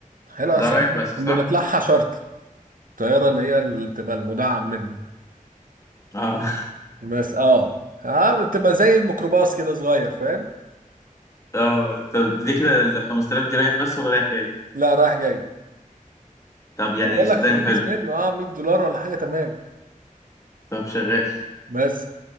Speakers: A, on the right; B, on the left.
A: حلو أصل
B: ده رايح بس صح؟
A: بنطلعها شارتر الطيارة اللي هي اللي بتبقى المدعم منه
B: اه
A: بس اه اه بتبقى زي الميكروباص كده صغير فاهم
B: اه طب دي كده ال 5000 دي رايح بس ولا رايح جاي؟
A: لا رايح جاي
B: طب يعني
A: طب بقول
B: صدقني
A: لك في الرخيص
B: حلو
A: منه اه 100 دولار ولا حاجة تمام
B: طب شغال
A: بس